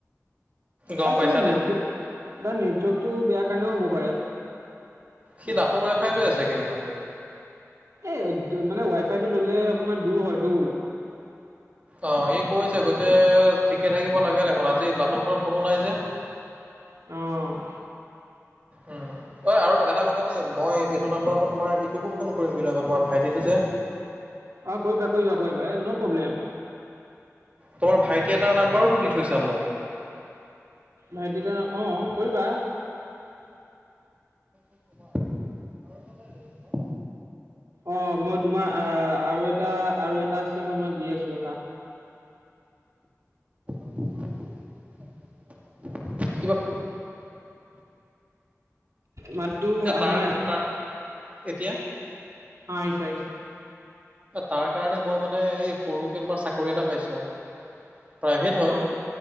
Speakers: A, on the right; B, on the right.
A: গম
B: তাৰ
A: পাইছানে?
B: চাগে নেটৱৰ্ক তাৰ নেটৱৰ্কটো বেয়া কাৰণেও হ'ব পাৰে
A: সি লাটোৰ ৱাই ফাই লৈ আছে কিন্তু
B: এই মানে ৱাই ফাই টো ললে অকমান দূৰ হয়টো
A: অ সি কৈছে কৈছে ঠিকে থাকিব লাগে দেখোন আজি লাটোহতৰ কোনো নাই যে
B: অ
A: উম ঐ আৰু এটা কথা দেই মই এইটো নাম্বাৰৰ পৰা তোমাৰ ইটোকো ফোন কৰিম কিন্তু আকৌ তোমাৰ ভাইটিটো যে
B: অ কৰিবা কৰিবা এ নো প্ৰব্লেম
A: তোমাৰ ভাইটি এটাৰ নাম্বাৰো দি থৈছা মোক
B: ভাইটিতাৰ অ কৰিবা
A: অ আৰু এটা নাই জানো তোমাৰ?
B: অ মই তোমাৰ আহ আৰু এটা আৰু এটা আছে মই তোমাক দি আছো ৰখা
A: ন বহুত দিন হ'ল তাক লগ পোৱা নাই মই, কিবা
B: মাততো
A: এ
B: আহা
A: তাৰ
B: নাই,
A: তাৰ এতিয়া
B: অ আহিছে আহিছে।
A: তাৰ কাৰণে মই মানে এই সৰুকে তোমাৰ চাক চকৰি এটা পাইছো প্ৰায়ভেত হয়।
B: অ